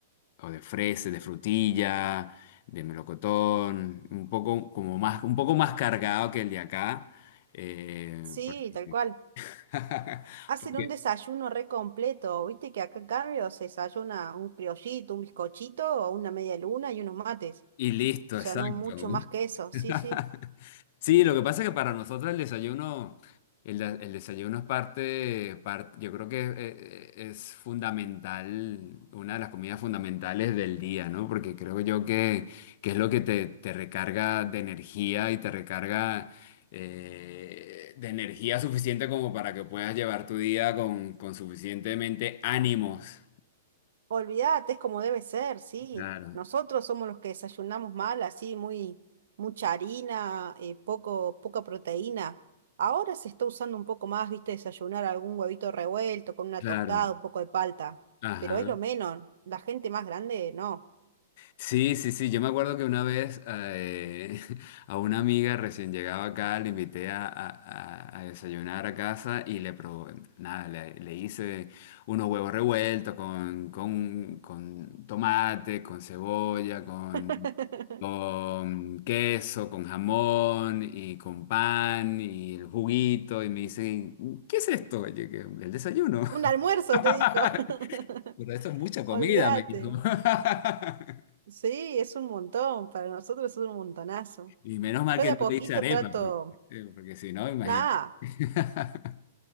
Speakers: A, on the left (about 45°); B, on the right (about 70°).
A: o de fresa, de frutilla, de melocotón, un poco como más, un poco más cargado que el de acá. eh,
B: sí,
A: porque
B: tal cual.
A: <laughs>
B: Hacen
A: Porque-
B: un desayuno re completo. Viste que acá en cambio se desayuna un criollito, un bizcochito o una media luna y unos mates.
A: y listo,
B: O sea,
A: exacto.
B: no mucho más que eso.
A: <laughs>
B: Sí, sí.
A: Sí, lo que pasa es que para nosotros el desayuno, el, de- el desayuno es parte, par- yo creo que eh, eh, es, fundamental, una de las comidas fundamentales del día, ¿no? Porque creo yo que, que es lo que te, te recarga de energía y te recarga eh, de energía suficiente como para que puedas llevar tu día con, con suficientemente ánimos.
B: Olvídate, es como debe ser, sí.
A: Claro,
B: Nosotros somos los que desayunamos mal, así, muy, mucha harina, eh, poco, poca proteína. Ahora se está usando un poco más, viste, desayunar algún huevito revuelto con una
A: claro.
B: tostada, un poco de palta.
A: Ajá.
B: Pero es lo menos. La gente más grande, no.
A: Sí, sí, sí. Yo me acuerdo que una vez eh, <laughs> a una amiga recién llegaba acá, le invité a, a- a- a desayunar a casa y le probé, nada, le, le hice unos huevos revueltos con, con, con tomate, con cebolla, con,
B: <laughs>
A: con queso, con jamón y con pan y el juguito. Y me dice, ¿qué es esto? Y yo, que, el desayuno.
B: Un almuerzo,
A: <laughs>
B: te dijo. <laughs>
A: Pero esto es mucha comida,
B: Olvídate.
A: me dijo. <laughs>
B: Sí, es un montón. Para nosotros es un montonazo.
A: Y menos mal
B: Yo
A: que
B: de
A: no
B: a poquito
A: te hice arepa,
B: trato.
A: porque, eh, porque si no, imagínate.
B: Nada.
A: <laughs>